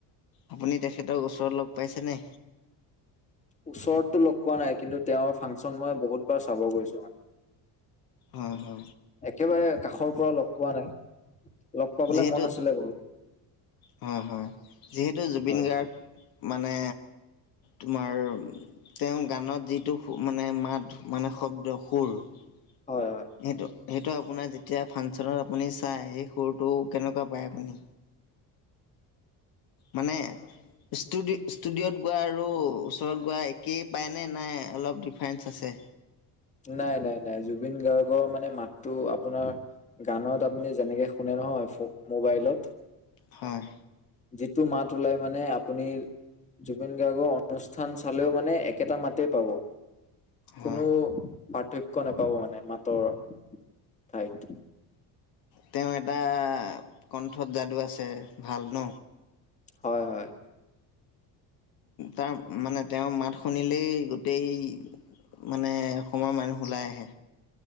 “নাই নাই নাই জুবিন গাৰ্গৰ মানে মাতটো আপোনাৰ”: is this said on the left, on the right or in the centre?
Left